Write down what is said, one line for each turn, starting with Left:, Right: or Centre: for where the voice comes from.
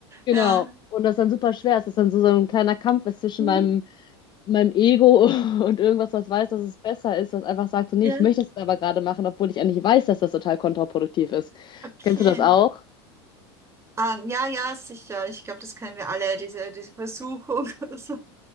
Left: Genau.
Right: ja.
Left: Und das dann super schwer ist, dass dann so, so ein kleiner Kampf ist zwischen
Right: Mhm.
Left: meinem, meinem Ego <laughs> und irgendwas, was weiß, dass es besser ist, was einfach sagt so, nee,
Right: Ja,
Left: ich möchte das jetzt aber gerade machen, obwohl ich eigentlich weiß, dass das total kontraproduktiv ist.
Right: okay.
Left: Kennst du das auch?
Right: Ähm, ja, ja, sicher. Ich glaube, das kennen wir alle, diese, diese Versuchung <laughs> oder so.